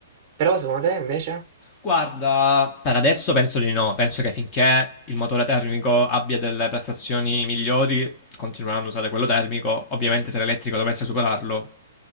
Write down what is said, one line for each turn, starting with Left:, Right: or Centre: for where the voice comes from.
Right: Però secondo te invece?
Left: Guarda, per adesso penso di no. Penso che finché il motore termico abbia delle prestazioni migliori, continueranno a usare quello termico. Ovviamente, se l'elettrico dovesse superarlo